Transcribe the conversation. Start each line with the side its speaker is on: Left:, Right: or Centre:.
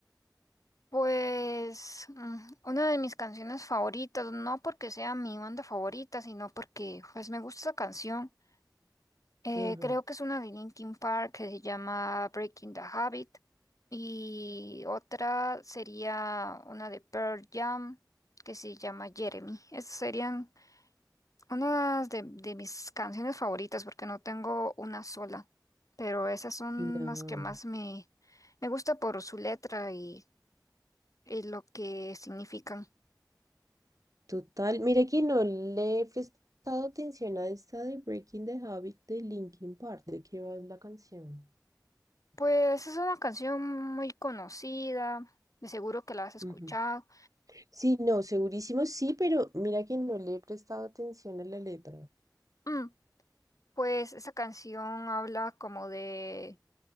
Left: Pues mm, una de mis canciones favoritas, no porque sea mi banda favorita, sino porque pues me gusta esa canción. Eh,
Right: Ujú,
Left: creo que es una de Linkin Park que se llama Breaking the Habit y otra sería una de Pearl Jam que se llama Jeremy. Esas serían Una de, de mis canciones favoritas, porque no tengo una sola, pero esas son
Right: Claro,
Left: las que más me, me gusta por su letra y, y lo que significan.
Right: total. Mira que no le he prestado atención a esta de Breaking the Habit de Linkin Park. ¿De qué va la canción?
Left: Pues es una canción muy conocida, de seguro que la has escuchado.
Right: Ujú. Sí, no, segurísimo sí, pero mira que no le he prestado atención a la letra.
Left: Mm, pues esa canción habla como de